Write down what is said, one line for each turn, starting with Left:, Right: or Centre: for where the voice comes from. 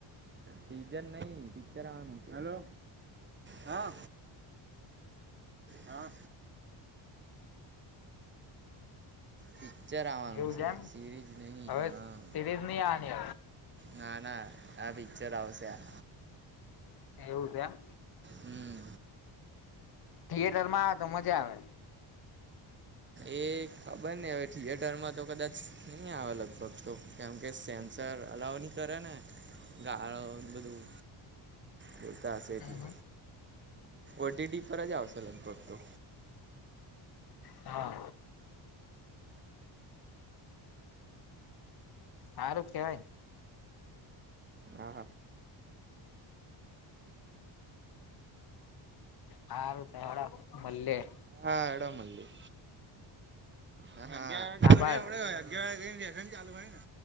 Right: સિઝન નહી પિકચર આવાનુ હલો હા. હા. પિક્ચર આવવાનું
Left: એવું
Right: છે
Left: એમ
Right: સિરીઝ નહી
Left: હવે
Right: હા.
Left: સિરીઝ નહી આવાની
Right: ના ના આ પિક્ચર આવશે આ.
Left: હવે એવું છે એમ.
Right: હમ.
Left: થિયેટર માં આવે તો મજા આવે.
Right: એ ખબર ની હવે થિયેટર માં તો કદાચ ની આવે લગભગ તો. કેમ કે સેન્સર અલાવ ની કરે ને ગાળો ને બધું. બોલતા હશે
Left: આવે
Right: એટલે ઓટીડી પર જ આવશે લગભગ તો.
Left: હા હારું કેવાય ને.
Right: આ હા
Left: હારું <unintelligible> મળ્યે
Right: હા આડ મળ્યે <unintelligible>
Left: આભાર
Right: <unintelligible> ચાલુ હોયને